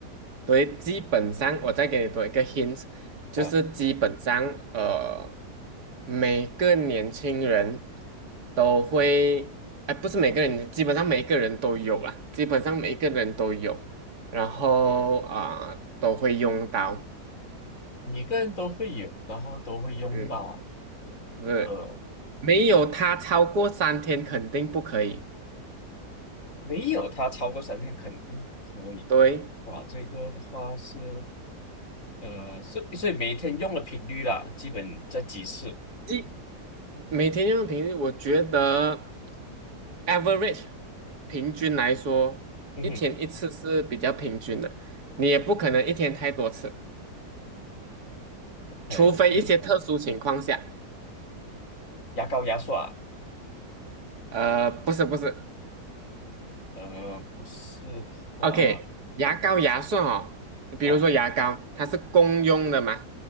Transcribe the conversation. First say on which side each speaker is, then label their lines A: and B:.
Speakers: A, on the right; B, on the left.
A: 对，基本上，我再给你多一个 hint，就是基本上，
B: 呃
A: 呃，每个年轻人都会，哎，不是每个人，基本上每一个人都有啦，基本上每一个人都有，然后啊、呃都会用到，
B: 每个人都会有，然后都会用到啊，
A: 嗯，是，
B: 呃，
A: 没有它超过三天肯定不可以，
B: 没有它超过三天肯定可以，
A: 对，
B: 哇，这个的话是。呃，所所以每天用的频率啦，基本在几次？
A: 一每天用的频率，我觉得。average 平均来说，
B: 嗯哼，
A: 一天一次是比较平均的，你也不可能一天太多次，
B: 可能一天
A: 除非一些特殊情况下。
B: 牙膏牙刷，
A: 呃，不是不是
B: 呃，不是的话，
A: ，OK，牙膏牙刷哦，比如说牙膏，
B: 啊，
A: 它是公用的嘛，